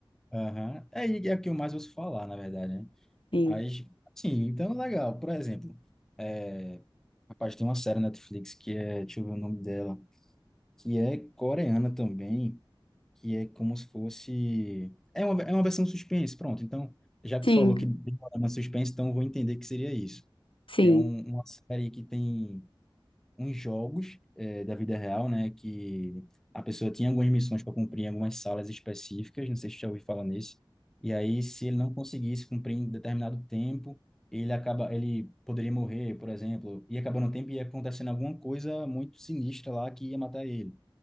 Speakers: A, in the centre; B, on the left (about 75°).
A: Aham. Aí é o que eu mais ouço falar, na verdade, né?
B: Sim.
A: Aí, sim, então, legal. Por exemplo, é... rapaz, tem uma série na Netflix que é, deixa eu ver o nome dela, que é coreana também, que é como se fosse... É uma, é uma versão suspense, pronto. Então, já que
B: Sim,
A: tu falou que tem uma suspense, então eu vou entender que seria isso.
B: sim.
A: Que é um, uma série que tem uns jogos eh, da vida real, né? Que a pessoa tinha algumas missões para cumprir em algumas salas específicas, não sei se você já ouviu falar nesse. E aí, se ele não conseguisse cumprir em determinado tempo, ele acaba, ele poderia morrer, por exemplo, e acabando o tempo e ia acontecendo alguma coisa muito sinistra lá que ia matar ele.